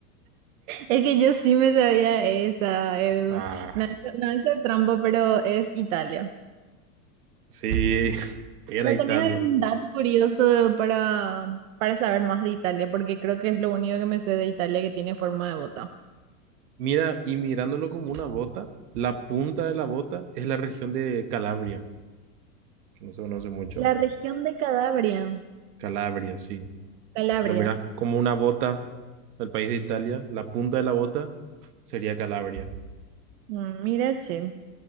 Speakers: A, on the right; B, on the right.
A: Es que yo sí me sabía esa, el
B: Ah,
A: No, es- no es de trampa, pero es Italia.
B: sí, <laughs> era
A: ¿No
B: Italia.
A: tenés algún dato curioso para, para saber más de Italia? Porque creo que es lo único que me sé de Italia que tiene forma de bota.
B: Mira, y mirándolo como una bota, la punta de la bota es la región de Calabria, que no se conoce mucho.
A: La región de Calabria,
B: Calabria, sí.
A: Calabrias.
B: Si lo miras como una bota, del país de Italia, la punta de la bota sería Calabria.
A: Mm, mira, che.